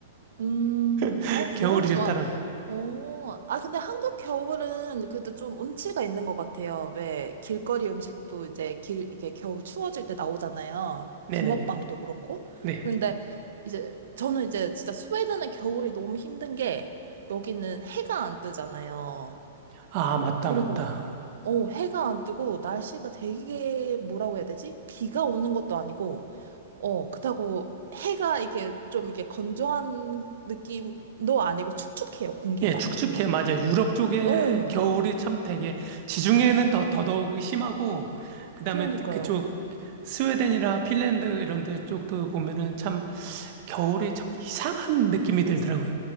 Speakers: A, on the right; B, on the right.
A: 음,
B: <laughs>
A: 어, 겨울을
B: 겨울이 좋다라고.
A: 좋아. 어, 아, 근데 한국 겨울은 그래도 좀 운치가 있는 것 같아요. 왜, 길거리 음식도 이제 길, 이게 겨울 추워질 때 나오잖아요.
B: 네네네.
A: 붕어빵도 그렇고.
B: 네.
A: 그런데 이제, 저는 이제 진짜 스웨덴은 겨울이 너무 힘든 게, 여기는 해가 안 뜨잖아요.
B: 아 맞다
A: 그리고,
B: 맞다.
A: 어, 해가 안 뜨고, 날씨가 되게, 뭐라고 해야 되지? 비가 오는 것도 아니고, 어, 그렇다고 해가 이게 좀 이렇게 건조한 느낌도 아니고 축축해요, 공기가.
B: 예, 축축해,
A: 그냥.
B: 맞아요. 유럽 쪽에
A: 예,
B: 겨울이 참 되게, 지중해는 더, 더더욱 심하고, 그 다음에
A: 그러니까요.
B: 그쪽 스웨덴이라 핀란드 이런 데 쪽도 보면은 참 겨울에 참 이상한 느낌이 들더라고요.